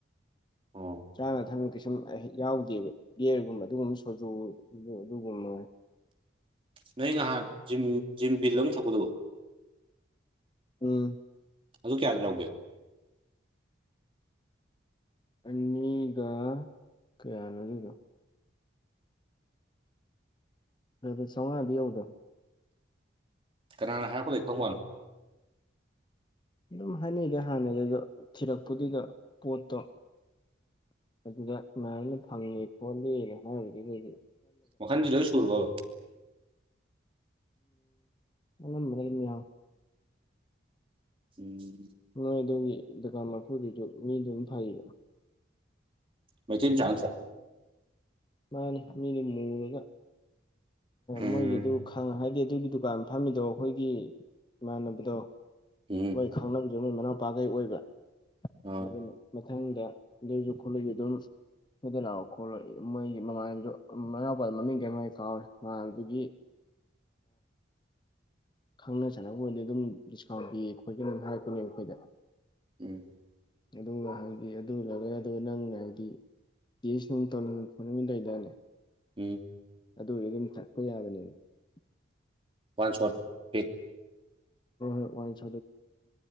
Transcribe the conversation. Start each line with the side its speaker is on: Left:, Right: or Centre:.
Right: ꯑꯣ
Left: ꯆꯥꯅ ꯊꯛꯅꯕ ꯀꯩꯁꯨꯝ ꯑꯩ ꯍꯦꯛ ꯌꯥꯎꯗꯦꯕ ꯒꯌꯔꯒꯨꯝꯕ ꯑꯗꯨꯒꯨꯝꯕ ꯁꯣꯖꯨ ꯑꯗꯨꯒꯨꯝꯕ
Right: ꯅꯪ ꯉꯍꯥꯟ ꯖꯤꯝ ꯕꯤꯜ ꯑꯃ ꯊꯛꯀꯗꯧꯕ
Left: ꯎꯝ
Right: ꯑꯗꯨ ꯀꯌꯥ ꯂꯧꯒꯦ
Left: ꯑꯅꯤꯒ ꯀꯌꯥꯅꯣꯔꯤꯅꯣ ꯑ ꯁꯉꯥꯏꯕꯤ ꯌꯥꯎꯗ
Right: ꯀꯅꯥꯅ ꯍꯥꯏꯕ ꯂꯩ ꯊꯧꯕꯥꯜ
Left: ꯑꯗꯨꯝ ꯍꯥꯏꯅꯩꯗ ꯍꯥꯟꯅꯗ ꯑꯗꯣ ꯊꯤꯔꯛꯄꯗꯨꯒ ꯄꯣꯠꯇꯣ ꯑꯗꯨꯗ ꯀꯃꯥꯏꯅ ꯐꯪꯉꯦ ꯈꯣꯠꯂꯦꯅ ꯍꯥꯏꯔꯤꯁꯦ ꯀꯩꯗꯨꯗ
Right: ꯑꯣꯈꯥꯟꯗꯤꯁꯨ ꯁꯨꯔꯕ
Left: ꯎꯝ ꯃꯔꯃꯌꯥ
Right: ꯎꯝ
Left: ꯃꯣꯏ ꯑꯗꯨꯒꯤ ꯗꯨꯀꯥꯟ ꯃꯐꯨꯗꯨꯁꯨ ꯃꯤꯗꯨꯝ ꯐꯩꯌꯦꯕ
Right: ꯃꯆ ꯆꯁ
Left: ꯃꯥꯅꯤ ꯃꯤꯗꯨ ꯃꯨꯔꯒ
Right: ꯎꯝ
Left: ꯃꯣꯏꯒꯤꯗꯨ ꯈꯪꯉ ꯍꯥꯏꯗꯤ ꯑꯗꯨꯒꯤ ꯗꯨꯀꯥꯟ ꯐꯝꯃꯤꯗꯣ ꯑꯩꯈꯣꯏꯒꯤ ꯏꯃꯥꯟꯅꯕꯗꯣ
Right: ꯎꯝ
Left: ꯃꯣꯏ ꯈꯥꯎꯅ ꯃꯣꯏ ꯃꯅꯥꯎꯄꯥꯈꯩ ꯑꯣꯏꯕ
Right: ꯑꯥ
Left: ꯑꯩꯈꯣꯏꯅ ꯃꯊꯪꯗ ꯂꯩꯁꯨ ꯈꯣꯠꯂꯛꯁꯨ ꯑꯗꯨꯝ ꯊꯣꯏꯗ ꯂꯥꯛꯑꯣ ꯈꯣꯠꯂꯣ ꯃꯣꯏꯒꯤ ꯃꯃꯥꯟꯁꯨ ꯃꯎꯄꯥꯗ ꯃꯃꯤꯡ ꯀꯌꯥꯃ ꯀꯥꯎꯔꯦ ꯃꯥꯜꯗꯒꯤ ꯈꯪꯅ ꯆꯥꯟꯅꯕꯔꯗꯤ ꯑꯗꯨꯝ ꯗꯤꯁꯀꯥꯎꯟ ꯄꯤꯌꯦ ꯈꯣꯠꯀꯦꯅꯝ ꯍꯥꯏꯔꯛꯄꯅꯦꯕ ꯑꯩꯈꯣꯏꯗ
Right: ꯎꯝ
Left: ꯑꯗꯨꯒ ꯍꯥꯏꯗꯤ ꯑꯗꯨ ꯂꯧꯔꯦ ꯑꯗꯨꯒ ꯅꯪ ꯍꯥꯏꯗꯤ <unintelligible>
Right: ꯎꯝ
Left: <unintelligible>
Right: ꯋꯥꯟ ꯁꯣꯠ <unintelligible> <inaudible>
Left: ꯋꯥꯟ <unintelligible>